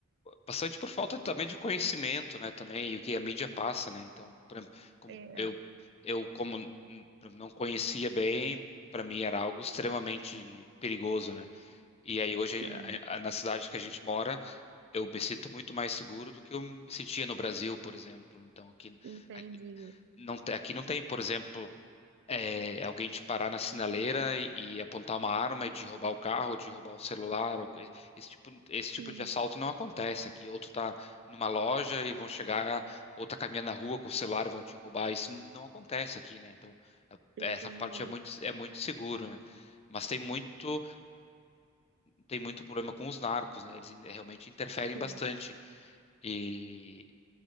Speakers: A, on the left; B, on the right.
A: bastante por falta também de conhecimento, né, também, e o que a mídia passa, né? Então, pra- como
B: É,
A: eu eu como hum, pra- não conhecia bem, para mim era algo extremamente perigoso, né? E aí hoje
B: sim,
A: a- a- na cidade que a gente mora, eu me sinto muito mais seguro do que eu me sentia no Brasil, por exemplo. Então, aqui
B: entendi.
A: aqui não tem, aqui não tem, por exemplo, é, alguém te parar na sinaleira e, e apontar uma arma e te roubar o carro, te roubar o celular, ou co- esse tipo, esse tipo
B: Sim,
A: de assalto não acontece aqui. Outro tá numa loja e vão chegar, ou tá caminhando na rua com o celular e vão te roubar. Isso não acontece aqui, né? Então,
B: entendi.
A: é- essa parte é muito, é muito seguro, né? Mas tem muito, tem muito problema com os narcos, né? Eles in- realmente interferem
B: Sim.
A: bastante. E